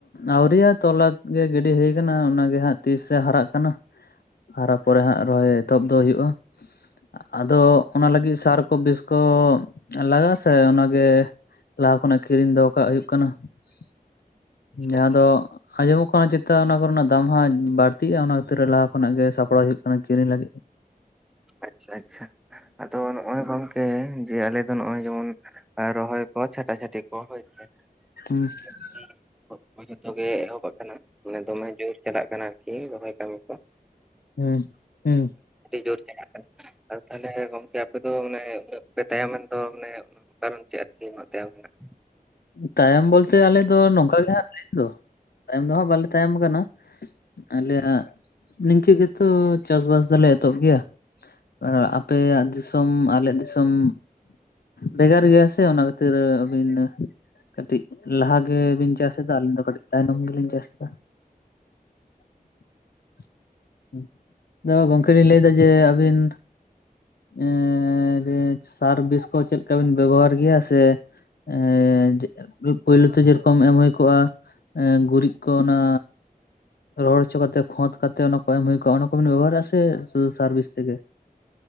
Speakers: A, on the left; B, in the centre.
A: ᱟᱹᱣᱨᱤᱭᱟ ᱛᱚᱞᱟ ᱜᱮ ᱜᱤᱰᱤ ᱦᱩᱭ ᱠᱟᱱᱟ, ᱚᱱᱟ ᱜᱮ ᱦᱟᱸᱜ ᱛᱤᱥ ᱦᱟᱨᱟᱜ ᱠᱟᱱᱟ ᱾ ᱦᱟᱨᱟ ᱯᱚᱨᱮ ᱦᱟᱸᱜ ᱨᱚᱦᱚᱭ ᱮᱛᱚᱦᱚᱵ ᱫᱚ ᱦᱩᱭᱩᱜᱼᱟ ᱾ ᱟᱫᱚ ᱚᱱᱟ ᱞᱟᱹᱜᱤᱫ ᱥᱟᱨ ᱠᱚ ᱵᱤᱥ ᱠᱚ ᱞᱟᱜᱟᱜᱼᱟ ᱥᱮ ᱚᱱᱟ ᱜᱮᱼᱼ ᱞᱟᱦᱟ ᱠᱷᱚᱱᱟᱜ ᱠᱤᱨᱤᱧ ᱫᱚᱦᱚ ᱠᱟᱜ ᱦᱩᱭᱩᱜ ᱠᱟᱱᱟ ᱾ ᱡᱟᱦᱟᱸ
B: ᱟᱪᱪᱷᱟ
A: ᱫᱚᱼᱼ ᱟᱸᱡᱚᱢᱚᱜ ᱠᱟᱱᱟ ᱪᱮᱛᱟ ᱚᱱᱟ ᱠᱚᱨᱮᱱᱟᱜ ᱫᱟᱢ ᱦᱚᱸ ᱵᱟᱹᱲᱛᱤᱜᱼᱟ ᱚᱱᱟ ᱠᱷᱟᱹᱛᱤᱨ ᱞᱟᱦᱟ ᱠᱷᱚᱱᱟᱜ ᱜᱮ ᱥᱟᱯᱲᱟᱣ ᱦᱩᱭᱩᱜ ᱠᱟᱱᱟ ᱠᱤᱨᱤᱧ ᱞᱟᱹᱜᱤᱫ ᱾ <unintelligible>
B: ᱟᱪᱪᱷᱟ ᱟᱪᱪᱷᱟ, ᱟᱫᱚ ᱱᱚᱜᱼᱚᱭᱼᱼ ᱡᱮ ᱟᱞᱮᱫ ᱫᱚ ᱱᱚᱜᱼᱚᱭ ᱡᱮᱢᱚᱱ ᱨᱚᱦᱚᱭ ᱠᱚ ᱪᱷᱟᱴᱟ ᱪᱷᱟᱴᱤ ᱠᱚ ᱦᱚᱭ ᱥᱮ ᱾
A: ᱦᱩᱸ ᱾
B: <unintelligible> ᱡᱚᱛᱚ ᱜᱮ ᱮᱦᱚᱵ ᱟᱠᱟᱱᱟ, ᱢᱟᱱᱮ ᱫᱚᱢᱮ ᱡᱳᱨ ᱪᱟᱞᱟᱜ ᱠᱟᱱᱟ ᱟᱨᱠᱤ ᱨᱚᱦᱚᱭ ᱠᱟᱹᱢᱤ ᱠᱚ ᱾
A: ᱦᱮᱸ ᱦᱮᱸ ᱾
B: ᱡᱳᱨ ᱟᱫᱚ ᱛᱟᱦᱞᱮ ᱜᱚᱝᱠᱮ ᱟᱯᱮ ᱫᱚ ᱢᱟᱱᱮ ᱩᱱᱟᱹᱜᱼᱼ ᱯᱮ ᱛᱟᱭᱚᱢᱮᱱ ᱫᱚ ᱢᱟᱱᱮ ᱚᱱᱟ ᱠᱟᱨᱚᱱ ᱪᱮᱫ ᱟᱨᱠᱤ ᱩᱱᱟᱹ ᱛᱟᱭᱚᱢ ᱨᱮᱱᱟᱜᱼᱼ
A: ᱛᱟᱭᱚᱢ ᱵᱚᱞᱛᱮ ᱟᱞᱮ ᱫᱚ ᱱᱚᱝᱠᱟ ᱜᱮ ᱦᱟᱜ ᱛᱟᱭᱚᱢ ᱫᱚ ᱛᱟᱭᱚᱢ ᱫᱚᱦᱟᱸᱜ ᱵᱟᱞᱮ ᱛᱟᱭᱚᱢ ᱠᱟᱱᱟ ᱾ ᱟᱞᱮᱭᱟᱜ ᱱᱤᱝᱠᱟᱹ ᱜᱮᱛᱚ ᱪᱟᱥᱵᱟᱥ ᱫᱚᱞᱮ ᱮᱛᱚᱦᱚᱵ ᱜᱮᱭᱟ ᱾ ᱟᱯᱮᱭᱟᱜ ᱫᱤᱥᱚᱢ ᱟᱞᱮ ᱫᱤᱥᱚᱢᱼᱼ ᱵᱷᱮᱜᱟᱨ ᱜᱮᱭᱟ ᱥᱮ ᱚᱱᱟ ᱠᱷᱟᱹᱛᱤᱨ ᱟᱹᱵᱤᱱᱼᱼ ᱠᱟᱹᱴᱤᱡ ᱞᱟᱦᱟ ᱜᱮ ᱵᱤᱱ ᱪᱟᱥ ᱮᱫᱟ ᱾ ᱟᱹᱞᱤᱧ ᱫᱚ ᱠᱟᱹᱴᱤᱡᱼᱼ ᱛᱟᱭᱱᱚᱢ ᱜᱮ ᱞᱤᱧ ᱪᱟᱥ ᱮᱫᱟ ᱾ ᱟᱫᱚ ᱜᱚᱢᱠᱮ ᱞᱤᱧ ᱞᱟᱹᱭ ᱮᱫᱟ ᱡᱮ ᱟᱹᱵᱤᱱᱼᱼ ᱮ ᱵᱮ ᱥᱟᱨ ᱵᱤᱥ ᱠᱚ ᱪᱮᱫ ᱞᱮᱠᱟ ᱵᱤᱱ ᱵᱮᱵᱚᱦᱟᱨ ᱜᱮᱭᱟ ᱥᱮ ᱾ ᱮᱸ ᱯᱩᱭᱞᱳ ᱛᱮ ᱡᱮᱨᱚᱠᱚᱢ ᱮᱢ ᱦᱩᱭ ᱠᱚᱜᱼᱟ ᱜᱩᱨᱤᱡ ᱠᱚ ᱚᱱᱟᱼᱼ ᱨᱚᱦᱚᱲ ᱦᱚᱪᱚ ᱠᱟᱛᱮ ᱠᱷᱚᱛ ᱠᱟᱛᱮ ᱚᱱᱟ ᱠᱚ ᱮᱢ ᱦᱩᱭ ᱠᱚᱜᱼᱟ ᱚᱱᱟ ᱠᱚᱵᱮᱱ ᱵᱮᱵᱚᱦᱟᱨᱮᱜ-ᱟ ᱥᱮ ᱥᱩᱫᱷᱩ ᱥᱟᱨ ᱵᱤᱥ ᱛᱮᱜᱮ ᱾ <inaudible>